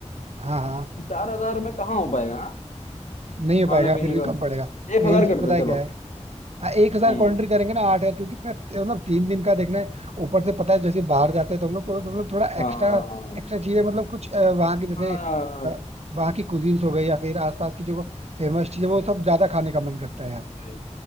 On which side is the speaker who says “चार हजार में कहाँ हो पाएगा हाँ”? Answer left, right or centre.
Left